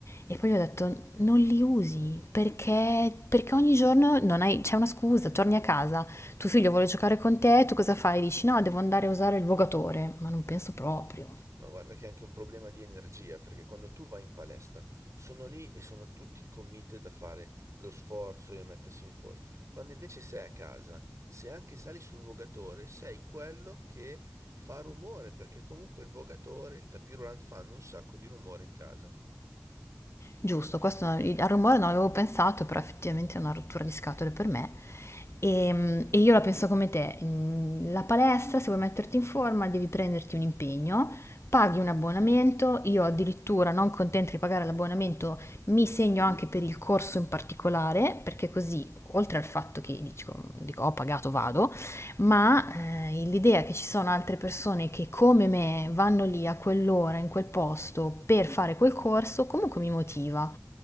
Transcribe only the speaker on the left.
e poi gli ho detto, non li usi perché, perché ogni giorno non hai- c'è una scusa, torni a casa, tuo figlio vuole giocare con te, tu cosa fai? Dici no, devo andare a usare il vogatore, ma non penso proprio.
Giusto, questo al rumore non avevo pensato, però effettivamente è una rottura di scatole per me. Ehm, e io la penso come te. Mm, La palestra, se vuoi metterti in forma, devi prenderti un impegno, paghi un abbonamento, io addirittura non contenta di pagare l'abbonamento, mi segno anche per il corso in particolare, perché così, oltre al fatto che dico, dico, ho pagato, vado, ma, ehm, l'idea che ci sono altre persone che come me vanno lì a quell'ora, in quel posto, per fare quel corso, comunque mi motiva.